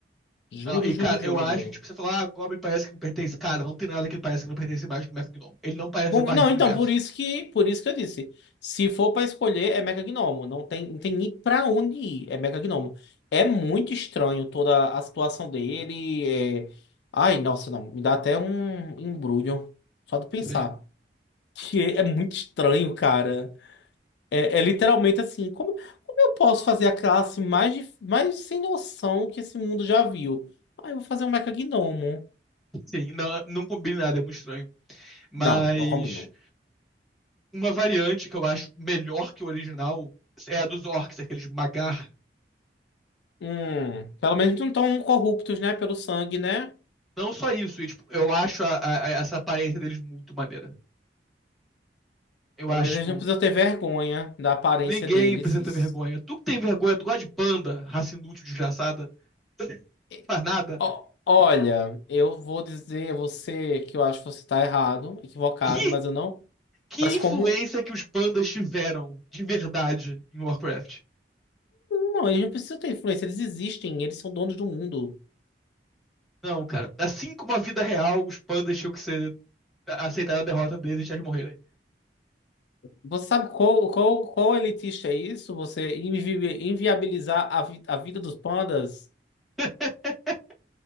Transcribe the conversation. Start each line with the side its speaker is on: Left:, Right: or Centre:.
Left: Juro,
Centre: ah, e
Left: juro,
Centre: cara,
Left: juro,
Centre: eu acho
Left: juro.
Centre: que tipo, você falar, ah, Goblin parece que não pertence. Cara, não tem nada que parece que não pertence mais que o Mecha Gnomo. Ele não parece
Left: Como-
Centre: ser parte
Left: Não,
Centre: do
Left: então,
Centre: universo.
Left: por isso que, por isso que eu disse. Se for pra escolher, é Mecha Gnomo. Não tem, não tem nem pra onde ir. É Mecha Gnomo. É muito estranho toda a situação dele. é- Ai, nossa, não. Me dá até um embrulho. Só de pensar.
Centre: Sim,
Left: Que é muito estranho, cara. É, é literalmente assim, como, como eu posso fazer a classe mais, dif- mais sem noção que esse mundo já viu? Ah, eu vou fazer um mecagnomo.
Centre: sim, não, não combina nada, é muito estranho. Mas
Left: Não, não combinam.
Centre: uma variante que eu acho melhor que o original é a dos orcs, aqueles Magar,
Left: Hum, pelo menos não estão corruptos, né? Pelo sangue, né?
Centre: Não só isso, e, tipo, eu acho a- a- a- essa aparência deles muito maneira. Eu
Left: Pelo
Centre: acho,
Left: menos eles
Centre: tipo,
Left: não precisam ter vergonha da aparência
Centre: ninguém
Left: deles.
Centre: precisa ter
Left: Isso-
Centre: vergonha. Tu que tem vergonha, tu gosta de panda, raça inútil, desgraçada, não
Left: é,
Centre: faz nada.
Left: ó, olha, eu vou dizer a você que eu acho que você está errado, equivocado,
Centre: Que,
Left: mas eu não.
Centre: que
Left: Mas
Centre: influência
Left: como.
Centre: que os pandas tiveram de verdade em Warcraft?
Left: Não, eles não precisam ter influência, eles existem, eles são donos do mundo.
Centre: Não, cara. Assim como a vida real, os pandas tinham que ser aceitar a derrota deles e deixar eles morrerem.
Left: Você sabe qual, qual, qual elitista é isso? Você invi- inviabilizar a, vi- a vida dos pandas?
Centre: <laughs>